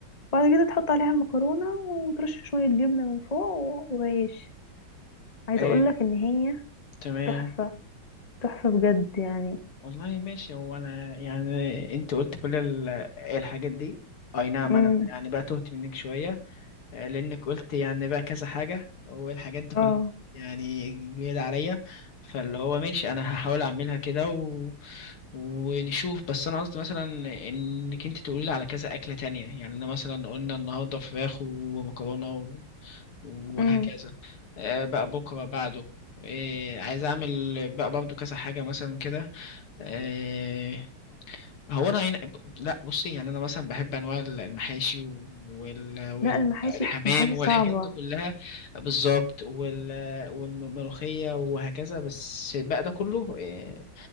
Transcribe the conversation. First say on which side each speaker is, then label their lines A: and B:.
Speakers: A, on the left; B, on the left.
A: بعد كده تحط عليها المكرونه وترش شويه جبنه من فوق و- وعيش عايزه
B: آه.
A: اقول لك ان هي
B: تمام
A: تحفه تحفه بجد يعني
B: والله ماشي هو انا يعني انت قلت كل ال- الحاجات دي اي نعم
A: امم
B: انا يعني بقى تهت منك شويه آه، لانك قلت يعني بقى كذا حاجه والحاجات دي
A: اه
B: كلها يعني جديده عليا فاللي هو ماشي انا هحاول اعملها كده و... ونشوف بس انا قصدي مثلا انك انت تقولي لي على كذا اكله تانية يعني انا مثلا قلنا النهارده فراخ ومكرونه و... وهكذا
A: امم
B: آه، بقى بكره بعده آه، عايز اعمل بقى برضو كذا حاجه مثلا كده آه، هو انا هنا لا بصي يعني انا مثلا بحب انواع المحاشي وال... وال...
A: لا المحاشي
B: والحمام
A: المحاشي
B: والحاجات
A: صعبه
B: دي كلها بالظبط وال... والملوخيه وهكذا بس بقى ده كله آه،